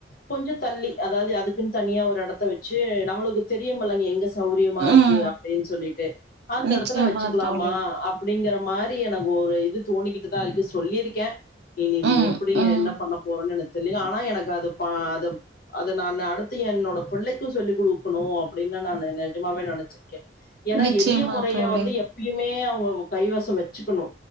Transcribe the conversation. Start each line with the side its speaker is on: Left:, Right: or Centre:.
Left: கொஞ்சம் தள்ளி அதாவது அதுக்குன்னு தனியா ஒரு எடத்த வச்சு நம்மளுக்கு தெரியுமலங்க எங்க சௌரியமா இருக்கு
Right: ம்
Left: அப்டின்னு சொல்லிட்டு அந்த
Right: நிச்சயமா
Left: எடத்துல வச்சுக்கலாமா
Right: தோழி
Left: அப் அப்படிங்கிற மாரி எனக்கு ஒரு இது தோணிக்கிட்டுதா இருக்குது சொல்லியிருக்கே நீனு இது
Right: ம்
Left: எப்டி
Right: ம்
Left: என்ன பண்ண போறோன்னு எனக்கு தெரியு ஆனா எனக்கு அத பா அது அத நான்னு அடுத்து என்னோட பிள்ளைக்கு சொல்லிக் குடுக்கணு அப்டின்னு நா நஜமாவே நெனைச்சே ருக்கே ஏன்னா
Right: நிச்சயமா
Left: எளிய முறைய
Right: தோழி
Left: வந்து எப் எப்பயுமே அவங்க கைவசம் வச்சுக்கணு